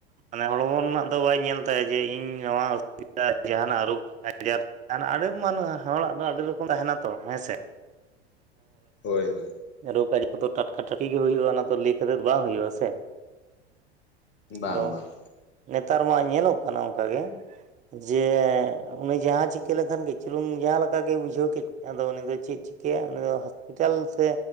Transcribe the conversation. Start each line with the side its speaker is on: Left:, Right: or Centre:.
Right: ᱢᱟᱱᱮ ᱦᱚᱲᱢᱚ ᱨᱮᱱᱟᱜ ᱫᱚ ᱵᱟᱭ ᱧᱮᱞ ᱛᱟᱭᱟ ᱡᱮ ᱤᱧ ᱱᱚᱣᱟ ᱚᱥᱩᱵᱤᱫᱟ᱾ ᱡᱟᱦᱟᱱᱟᱜ ᱨᱳᱜᱽ ᱟᱡᱟᱨ ᱡᱟᱦᱟᱱᱟᱜ ᱟᱹᱰᱤ ᱢᱟᱱ ᱦᱚᱲᱟᱜ ᱫᱚ ᱟᱹᱰᱤ ᱨᱚᱠᱚᱢ ᱛᱟᱦᱮᱱᱟ ᱛᱚ ᱦᱮᱸ ᱥᱮ?
Left: ᱦᱳᱭ ᱦᱳᱭ᱾
Right: ᱨᱳᱜ ᱟᱡᱟᱨ ᱠᱚᱫᱚ ᱴᱟᱴᱠᱟ ᱴᱟᱴᱠᱤ ᱜᱮ ᱦᱩᱭᱩᱜᱼᱟ ᱚᱱᱟ ᱫᱚ ᱞᱟᱹᱭ ᱠᱟᱛᱮᱫ ᱵᱟᱝ ᱦᱩᱭᱩᱜᱼᱟ ᱥᱮ᱾
Left: ᱵᱟᱝ
Right: ᱟᱫᱚ
Left: ᱵᱟᱝ
Right: ᱱᱮᱛᱟᱨ ᱢᱟ ᱧᱮᱞᱚᱜ ᱠᱟᱱᱟ ᱚᱱᱠᱟ ᱜᱮ ᱡᱮ ᱩᱱᱤ ᱡᱟᱦᱟᱸ ᱪᱤᱠᱟᱹ ᱞᱮᱱᱠᱷᱟᱱ ᱜᱮ ᱪᱩᱞᱩᱝ ᱡᱟᱦᱟᱸ ᱞᱮᱠᱟᱜᱮᱭ ᱵᱩᱡᱷᱟᱹᱣ ᱠᱮᱫ ᱟᱫᱚ ᱩᱱᱤ ᱫᱚ ᱪᱮᱫ ᱪᱤᱠᱟᱹᱭᱟ ᱩᱱᱤ ᱫᱚ ᱯᱤᱴᱟᱞ ᱥᱮ